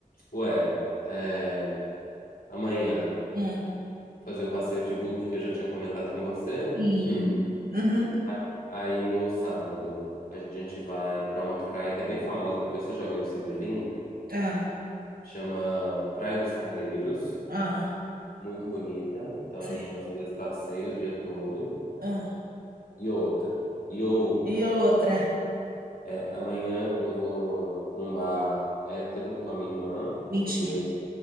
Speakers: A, on the left; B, on the right.
A: ué, é, amanhã
B: Hum.
A: fazer o passeio de bug que eu já tinha comentado com você, né?
B: Sim.
A: Hum.
B: Uhum.
A: A- Aí no sábado a gente vai pra uma praia que é bem famosa, depois você joga aí pra você ver, linda.
B: Ah,
A: Chama Praia dos Carneiros.
B: ah,
A: muito bonita. Então
B: sei.
A: a gente vai fazer esse passeio o dia todo.
B: Ah.
A: E outra, e outra.
B: E outra.
A: É, amanhã eu vou num bar hétero com a minha irmã,
B: Mentira.
A: porque